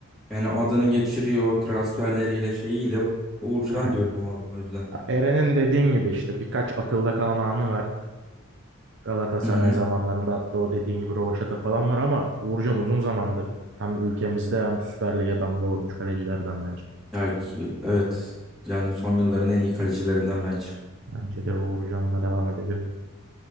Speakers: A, in the centre; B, on the right.
A: yani adını geçiriyor transferleriyle şeyiyle Uğurcan
B: Aynen.
A: diyorum o yüzden.
B: Eren'in dediğin gibi işte birkaç akılda kalan anı var. Galatasaray
A: Hı hı.
B: zamanlarında hatta o dediğin gibi rövaşata falan var ama Uğurcan uzun zamandır hem ülkemizde hem Süper Lig'e damga vurmuş kalecilerden bence de.
A: Ya y- evet. Yani son yılların en iyi kalecilerinden bence.
B: Bence de Uğurcan'la devam edelim.